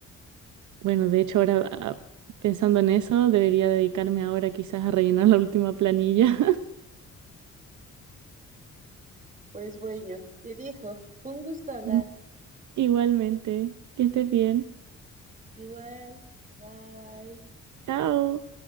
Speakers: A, on the right; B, on the right.
A: Bueno, de hecho ahora
B: Ujú.
A: ah, pensando en eso, debería dedicarme ahora quizás a rellenar la última planilla.
B: Pues bueno, te dijo, fue un gusto
A: <laughs>
B: hablar.
A: Ujú. Igualmente, que estés bien.
B: Igual, bye.
A: Chao.